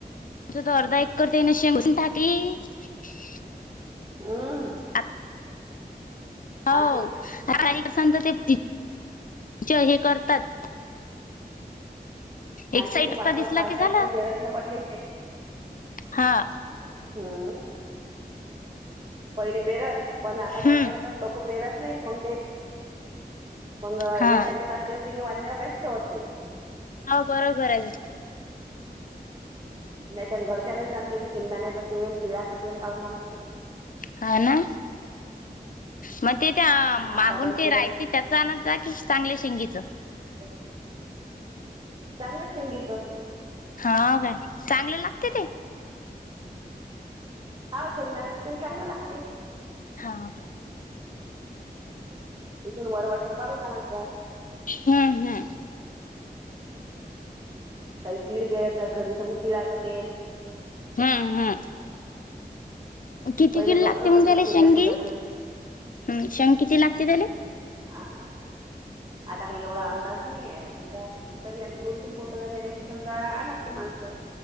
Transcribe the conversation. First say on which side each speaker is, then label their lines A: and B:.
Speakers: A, on the left (about 55°); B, on the right (about 30°).
A: तर अर्धा एक करता ये ना शेंगून टाकी <unintelligible>
B: हम्म.
A: आ, हो.
B: आमचे
A: ारी स तर तेच हे करतात <unintelligible> एक
B: आमचे
A: साईड
B: इथे पाच
A: दिसला
B: पाच सहा
A: की
B: सहा
A: झालं
B: एकर, प्रेरत्न पडले.
A: हा.
B: हम्. पहिले पेरत. पण आता काय
A: हम्म
B: करतात लोक पेरत नाहीत मग ते मग
A: हा
B: एका शेतातले ध्याला काहीच ठेवत नाही.
A: हा बरोबर आहेग.
B: नाहीत घरच्या घरीच आमच्या इथे शेंगदाण्याच तेल तिळाच तेल काऊून जात ना.
A: हा ना, मग ते त्या मागून
B: आता बंद
A: ते
B: केलं
A: रायते. त्याचा आनंद आहे की, चांगल्या शेंगीच.
B: हो. चांगल्या शेंगीचं.
A: हा काय चांगले लागते ते?
B: हा शेकदा न असतील,, चांगला लागते.
A: हा.
B: इथून वर, वाटून काढून आणत जात.
A: हम् हम्.
B: काही कीड पेरायच घरी तर मग तिळाचं तेल.
A: हम्म हम्म. किती
B: पहिले
A: किल
B: घरचंच
A: लागते, मग
B: असे
A: त्याला
B: सूर्यफुल
A: शेंगंगी
B: असे
A: हम्म शेंग किती लागते त्याला.
B: हा आता काही एवढा, अंदाज नाहीये समजा. तरी आता दोन तीन पतळ्या नेल्या कि समजा आणत ते माणसं